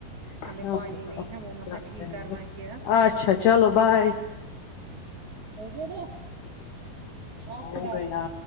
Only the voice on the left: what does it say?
آپ
بتاؤ
کیا
کریں
اچھا چلو بائے
ہو
گیا